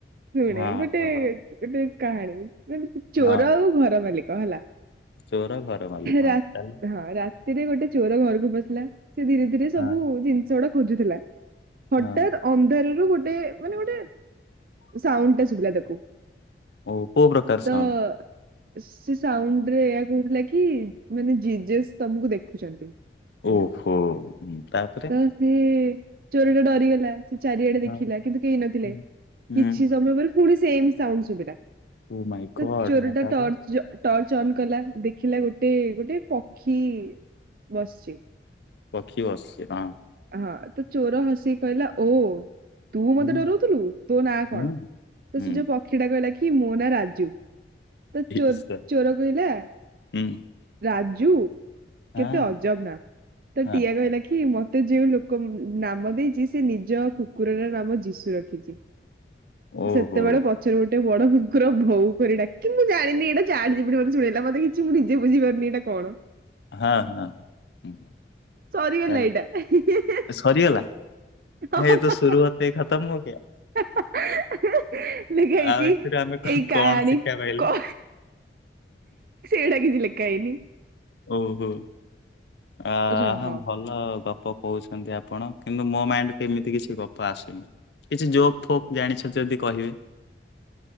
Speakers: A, on the right (about 50°); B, on the left (about 70°).
A: ଶୁଣେ
B: ହଁ
A: ଗୋଟେ
B: କହ
A: ଗୋଟେ କାହାଣୀ ଚୋର
B: ହଁ
A: ଆଉ ଘର ମାଲିକ ହେଲା,
B: ଚୋର ଘର ମାଲିକ
A: ରା-ହଁ
B: ହଁ ଚାଲୁ
A: ରା ରାତିରେ ଗୋଟେ ଚୋର ଘରକୁ ପସିଲା ସେ ଧୀରେ ଧୀରେ ସବୁ
B: ହଁ
A: ଜିନିଷ ଗୁଡା ଖୋଜୁଥିଲା, ହଠତ୍
B: ହଁ
A: ଅନ୍ଧାରରୁ ଗୋଟେ, ମାନେ ଗୋଟେ ସାଉଣ୍ଡ ଟେ ଶୁବିଲା ତାକୁ
B: ଓ କୋଉ ପ୍ରକାର ସାଉଣ୍ଡ
A: ତ ସେ ସାଉଣ୍ଡରେ ଏଇଆ କହୁଥିଲା କି, ମାନେ ଜିଜେସ୍ ତମକୁ ଦେଖୁଛନ୍ତି। ହେଲା।
B: ଓହୋ ହୁଁ, ତାପରେ
A: ତ ସେ ଚୋର ଟା ଡରିଗଲା ସେ ଚାରିଆଡେ
B: ହଁ
A: ଥିଲା କିନ୍ତୁ କେହି ନଥିଲେ,
B: ହୁଁ। ହୁଁ
A: କିଛି ସମୟ ପରେ, ପୁଣି ଶେମ୍ ସାଉଣ୍ଡ ସୁବିଲା
B: ଓ ମାଇ
A: ତ
B: ଗଡ୍
A: ଚୋରଟା
B: ହଁ ତାପରେ
A: ଟର୍ଚ୍ଚ ଟର୍ଚ ଅନ୍ କଲା, ଦେଖିଲା ଗୋଟେ ଗୋଟେ ପକ୍ଷୀ ବସିଛି
B: ପକ୍ଷୀ ବସିଛି ହଁ।
A: ହଁ ତ ଚୋର ହସିକି କହିଲା ଓ ତୁ ମତେ
B: ହୁଁ
A: ଡରଉଥିଲୁ ତୋ ନାଁ
B: ହୁଁ
A: କଣ? ତ
B: ହୁଁ
A: ସେ ପକ୍ଷୀ ଟା କହିଲା କି ମୋ ନାଁ ରାଜୁ। ତ ଚୋ-
B: ଇଶା
A: ଚୋର କହିଲା
B: ହୁଁ
A: ରାଜୁ
B: ହଁ
A: କେତେ ଅଜବ ନା। ତ
B: ହଁ
A: ଟିଆ କହିଲା କି ମତେ ଯୋଉ ଲୋ କ ନାମ ଦେଇଛି ସେ ନିଜ କୁକୁର ର ନାମ ଯିଶୁ ରଖିଛି।
B: ଓହୋ
A: ସେତେବେଳେ ପ ପଛରେ ଗୋଟେ ବଡ ବୁକୁର ଭଉ କରି ଡାକି, ମୁଁ ଜାଣିନି ଏଇଟା ଚାଟ୍ ଜି ପି ଟି ମତେ ଶୁଣେଇଲା ମତେ କିଛି ମୁଁ ନିଜେ ବୁଝିପାରୁନି ଏଇଟା କଣ?
B: ହାଁ ହାଁ। ହୁଁ।
A: ସରିଗଲା
B: ଚାଲ
A: ଏଇଟା। <unintelligible>
B: ସରିଗଲା?
A: ହଁ
B: ହେଇ ତ
A: ପା
B: ଶୁରୁ ହତେ ହି଼ ଖତମ ହୋଗେୟା।
A: <unintelligible> ଲେଖା ହେଇଛି
B: ଆଉ ଏଥିରେ ଆମେ କ-
A: ଏଇ
B: କଣ
A: କାହାଣୀ
B: ଶିକ୍ଷା ପାଇଲେ
A: କ ସେଇଟା କିଛି ଲେଖା ହେଇନି।
B: ଓହୋ। ଆହା
A: ରହ
B: ଭଲ ଭଲ ଗପ କହୁଛନ୍ତି ଆପଣ। କିନ୍ତୁ ମୋ ମାଇଣ୍ଡ କୁ ଏମିତି କିଛି ଗପ ଆସୁନି। କିଛି ଯୋକ୍ ଫୋକ୍ ଜାଣିଛ ଯଦି କହିବେ?